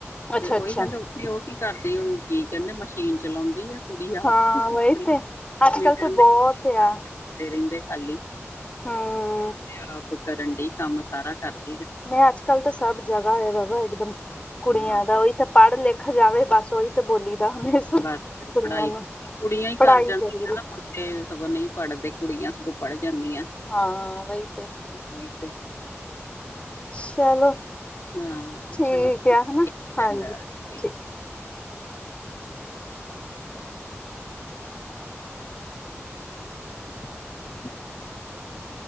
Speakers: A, on the left (about 25°); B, on the left (about 70°).
A: ਅੱਛਾ
B: ਤੇ ਉਹੀ
A: ਅੱਛਾ
B: ਕਹਿੰਦੇ ਉਥੇ ਓਹ ਕੀ ਕਰਦੀ ਹੋਊਗੀ ਕਹਿੰਦੇ ਮਸ਼ੀਨ ਚਲਾਉਂਦੀ ਆ। ਕੁੜੀ <unintelligible>
A: ਹਾਂ ਵਹੀ ਤੇ ਅੱਜ ਕੱਲ ਤਾਂ ਬਹੁਤ ਆ
B: ਤੇ ਰਹਿੰਦੇ ਖਾਲੀ
A: ਹਮ
B: ਤੇ ਆਪ ਕਰਨ ਦੀ ਕੰਮ ਸਾਰਾ ਕਰਦੇ।
A: ਮੈਂ ਅੱਜ ਕੱਲ ਤਾਂ ਸਭ ਜਗ੍ਹਾ ਹੈਗਾ ਵਾ ਇੱਕਦਮ ਕੁੜੀਆਂ
B: ਹਾਂ
A: ਦਾ ਉਹੀ। ਤੇ ਪੜ ਲਿਖ ਜਾਵੇ ਬਸ ਉਹੀ ਤੇ ਬੋਲੀ ਦਾ।
B: ਬਸ
A: ਕੁੜੀਆਂ
B: ਪੜਾਈ
A: ਨੂੰ
B: ਕੁੜੀਆਂ ਈ
A: ਪੜ੍ਹਾਈ
B: ਕਰ ਜਾਂਦੀ
A: ਜ਼ਰੂਰੀ
B: ਨਾ ਮੁੰਡੇ ਸਗੋ ਨਹੀਂ ਪੜਦੇ। ਕੁੜੀਆਂ ਸਗੋਂ ਪੜ ਜਾਂਦੀਆਂ
A: ਹਾਂ ਵਹੀ ਤੇ
B: ਉਹੀ ਤੇ।
A: ਚਲੋ
B: ਹਾਂ
A: ਠੀਕ
B: ਚਲੋ ਇੱਕ
A: ਆ ਹਨਾ
B: ਚੰਗਾ।
A: ਹਾਂਜੀ
B: ਠੀਕ।
A: ਠੀਕ
B: <inaudible>